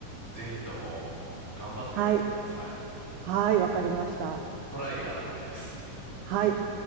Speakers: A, in the centre; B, on the right.
A: ぜひとも頑張ってみてください。
B: はい。はい。わかりました。
A: トライあるのみです。
B: はい。